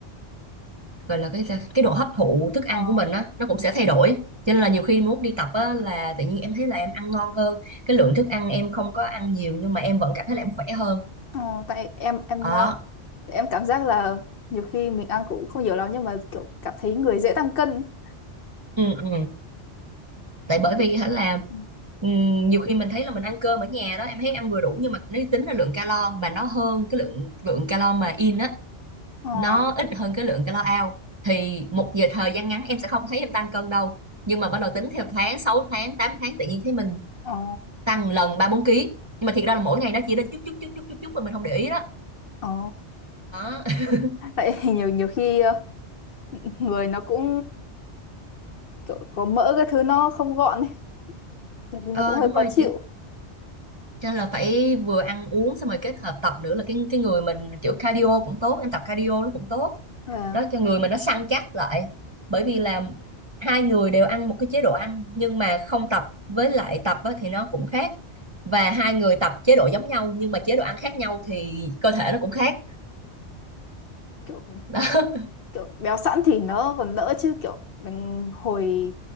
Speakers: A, on the right (about 30°); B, on the left (about 60°).
A: gọi là cái cái độ hấp thụ thức ăn
B: Ờ.
A: của mình á nó cũng sẽ thay đổi cho nên là nhiều khi muốn đi tập á là tự nhiên em thấy là em ăn ngon hơn cái lượng thức ăn em không có ăn nhiều nhưng mà em vẫn cảm thấy là em khỏe hơn
B: Ờ, tại em em
A: đó
B: ờ, em cảm giác là nhiều khi mình ăn cũng không nhiều lắm nhưng mà kiểu cảm thấy người dễ tăng cân
A: ừ, ừ. tại bởi vì
B: kiểu
A: hả là
B: Ừ.
A: ừm, nhiều khi mình thấy là mình ăn cơm ở nhà đó em thấy ăn vừa đủ nhưng mà nếu tính là lượng calo mà nó hơn cái lượng lượng calo mà in á
B: ờ
A: nó ít hơn cái lượng calo out thì một giờ thời gian ngắn em sẽ không thấy em tăng cân đâu nhưng mà bắt đầu tính theo tháng 6 tháng 8 tháng tự nhiên thấy mình
B: ờ
A: tăng lần ba bốn ký nhưng mà thiệt ra là mỗi ngày nó chỉ lên chút chút chút chút chút chút mà mình không để ý đó
B: ờ
A: đó <laughs>
B: tại <laughs> nhiều nhiều khi ờ, người nó cũng kiểu có mỡ cái thứ nó không gọn ấy. nhiều khi nó
A: ờ
B: cũng hơi
A: đúng
B: khó
A: rồi
B: chịu
A: Cho nên là phải vừa ăn uống xong rồi kết hợp tập nữa là cái cái người mình kiểu cardio cũng tốt, em tập cardio nó cũng tốt.
B: và
A: Đó cho người mình nó săn chắc lại. Bởi vì là hai người đều ăn một cái chế độ ăn nhưng mà không tập với lại tập á, thì nó cũng khác. Và hai người tập chế độ giống nhau nhưng mà chế độ ăn khác nhau thì cơ thể nó cũng khác.
B: kiểu
A: Đó. <laughs>
B: kiểu béo sẵn thì nó còn đỡ chứ kiểu mình hồi